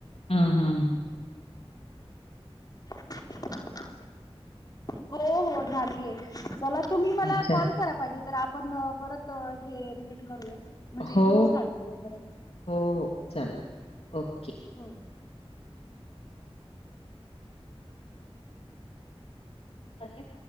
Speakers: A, on the left (about 75°); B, on the left (about 40°).
A: हम् हम हम
B: <inaudible> हो हो झालीय चला तुम्ही मला
A: अच्छा.
B: कॉल करा पाहिजे तर आपण परत हे रिपीट करूया. म्हणजे
A: हो,
B: इथूनच स्टार्ट करू खरच
A: हो, हो. चालेल. ओके.
B: हो.
A: चालेत.